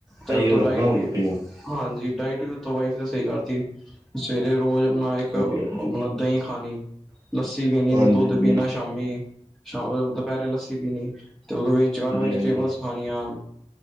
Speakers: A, in the centre; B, on the right (about 30°).
A: ਤੇ
B: ਇਹੀਓ
A: ਉਤੋਂ
B: ਰੱਖਣਾ
A: ਡਾਇਟ
B: ਹੁਣ
A: ਵੀ
B: ਰੂਟੀਨ
A: ਹਾਂਜੀ ਡਾਇਟ ਵੀ ਉਤੋਂ ਵਾਈਫ ਨੇ ਸਹੀ ਕਰਤੀ। ਸਵੇਰੇ ਰੋਜ਼ ਆਪਣਾ ਇੱਕ
B: ਵਧੀਆ
A: ਆਪਣਾ
B: ਹਾਂਜੀ
A: ਦਹੀਂ ਖਾਣੀ। ਲੱਸੀ ਪੀਣੀ
B: ਹਾਂਜੀ
A: ਦੁੱਧ
B: ਹਾਂਜੀ
A: ਪੀਣਾ, ਸ਼ਾਮੀ ਸ਼ ਦੁਪਹਿਰੇ ਲੱਸੀ ਪੀਣੀ। ਤੇ ਉਹਦੇ ਵਿੱਚ ਹਰ ਵੈਜੀਟੇਬਲਸ
B: ਹਾਂਜੀ
A: ਖਾਣੀਆਂ,